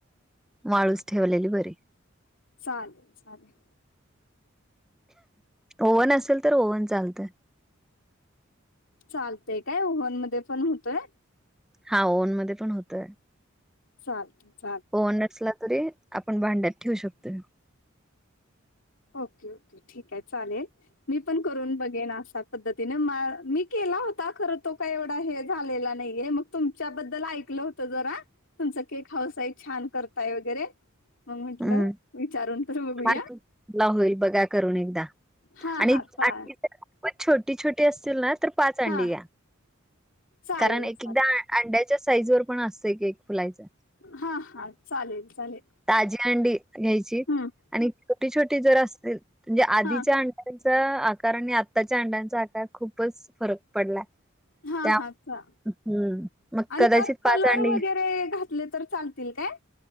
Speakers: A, in the centre; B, on the left.
A: माळूस ठेवलेली बरी
B: चालेल चालेल
A: ओव्हन असेल तर ओव्हन चालतय
B: चालतय काय ओहन मध्ये पण होतोय
A: हा ओन मध्ये पण होतय
B: चालख
A: वनसला तरी आपण भांड्यात ठेवू शकतोय
B: ओके ओके ठीक आहे चालेल मी पण करून बघेन असा पद्तीने मी केला होता खरं तो का एवढा हे झालेला नाहीये मग तुमच्याबद्दल ऐकलं होत जरा तुमचा केक हाऊसई छान करताय वगैरे मग म्हंटलं
A: हं.
B: विचारून तर बघूया
A: हा ला होईल बघा करून एकदा
B: हा
A: आणि
B: हा चा
A: पण छोटी छोटी असतील ना तर पाच
B: हा
A: अंडी घ्या
B: चालेल
A: कारण एक
B: चालेल
A: एकदा अंड्याच्या साईज वर पण असतंय केक फुलायचं
B: हा हा चालेल चालेल
A: ताजी अंडी घ्यायची
B: हम्म
A: आणि छोटी छोटी जर असे म्हणजे आधीच्या
B: हा
A: अं आकार आणि आत्ताच्या अंडांचा आकार खूपच फरक पडलाय
B: हा
A: त्या
B: हा का
A: हं. मग
B: आणि
A: कदाचित
B: त्यात
A: पाच
B: कलर
A: अंडी
B: वगैरे घातले तर चालतील काय